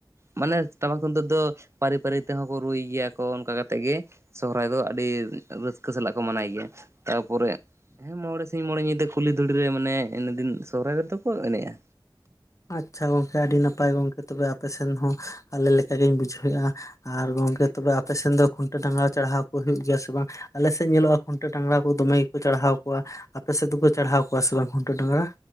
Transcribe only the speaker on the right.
ᱢᱟᱱᱮ ᱴᱟᱢᱟᱠ ᱛᱩᱢᱫᱟᱹ ᱫᱚ ᱯᱟᱹᱨᱤ ᱯᱟᱹᱨᱤ ᱛᱮᱦᱚᱸ ᱠᱚ ᱨᱩᱭ ᱜᱮᱭᱟ ᱠᱚ ᱚᱱᱠᱟ ᱠᱟᱛᱮᱜ ᱜᱮ ᱥᱚᱦᱨᱟᱭ ᱫᱚ ᱟᱹᱰᱤ ᱨᱟᱹᱥᱠᱟᱹ ᱥᱟᱞᱟᱜ ᱠᱚ ᱢᱟᱱᱟᱣ ᱜᱮᱭᱟ ᱛᱟᱨᱯᱚᱨᱮ ᱦᱮᱸ ᱢᱚᱬᱮ ᱥᱤᱧ ᱢᱚᱬᱮ ᱧᱤᱫᱟᱹ ᱠᱩᱞᱦᱤ ᱫᱷᱩᱲᱤ ᱨᱮ ᱢᱟᱱᱮ ᱤᱱᱟᱹᱫᱤᱱ ᱥᱚᱦᱚᱨᱟᱭ ᱨᱮᱫᱚ ᱠᱚ ᱮᱱᱮᱡᱼᱟ